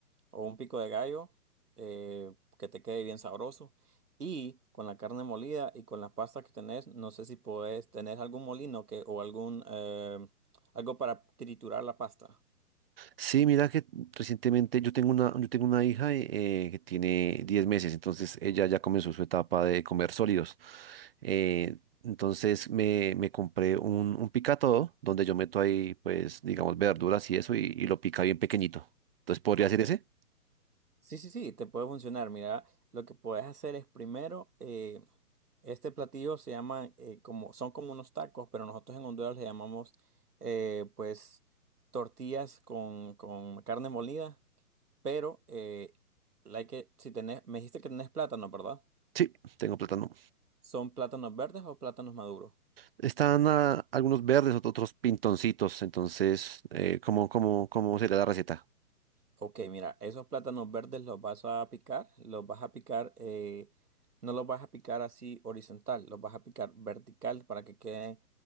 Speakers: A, on the right; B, on the right.
A: o un pico de gallo eh, que te quede bien sabroso. Y con la carne molida y con las pastas que tenés, no sé si podés tener algún molino que, o algún eh, algo para triturar la pasta.
B: Sí, mira que recientemente yo tengo una, yo tengo una hija eh, que tiene 10 meses, entonces ella ya comenzó su etapa de comer sólidos. Eh, entonces me, me compré un, un picatodo donde yo meto ahí, pues, digamos, verduras y eso y, y lo pica bien pequeñito. Entonces, ¿podría
A: Ok.
B: ser ese?
A: Sí, sí, sí, te puede funcionar. Mira, lo que puedes hacer es primero, eh, este platillo se llama, eh, como, son como unos tacos, pero nosotros en Honduras le llamamos, eh, pues, tortillas con, con carne molida, pero, eh, la hay que, si tenés, me dijiste que tenés plátano, ¿verdad?
B: Sí, tengo plátano.
A: ¿Son plátanos verdes o plátanos maduros?
B: Están ah, algunos verdes, ot- otros pintoncitos, entonces, eh, ¿cómo, cómo, cómo sería la receta?
A: Ok, mira, esos plátanos verdes los vas a picar, los vas a picar, eh, no los vas a picar así horizontal, los vas a picar vertical para que queden